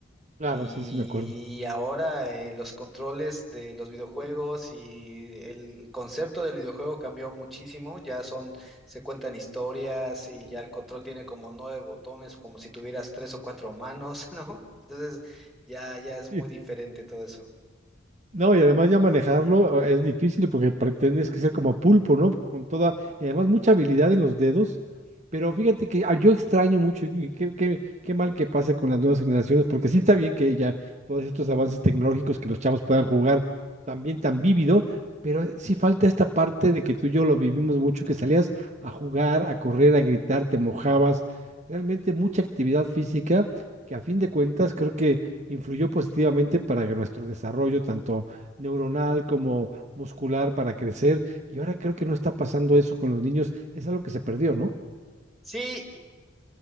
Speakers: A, on the right; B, in the centre.
A: Claro,
B: Y
A: sí, sí me acuerdo.
B: ahora eh, los controles de los videojuegos y el concepto del videojuego cambió muchísimo. Ya son, se cuentan historias y ya el control tiene como nueve botones, como si tuvieras tres o cuatro manos, <laughs> ¿no? Entonces ya, ya
A: <laughs>
B: es muy diferente todo eso.
A: No, y además ya manejarlo eh, es difícil porque pretendes que ser como pulpo, ¿no? Con toda, y además mucha habilidad en los dedos, pero fíjate que ah, yo extraño mucho y qué, qué, qué mal que pase con las nuevas generaciones, porque sí está bien que ya todos estos avances tecnológicos que los chavos puedan jugar también tan vívido, pero sí falta esta parte de que tú y yo lo vivimos mucho, que salías a jugar, a correr, a gritar, te mojabas, realmente mucha actividad física que a fin de cuentas creo que influyó positivamente para nuestro desarrollo, tanto neuronal como muscular para crecer. Y ahora creo que no está pasando eso con los niños. Es algo que se perdió, ¿no?
B: Sí,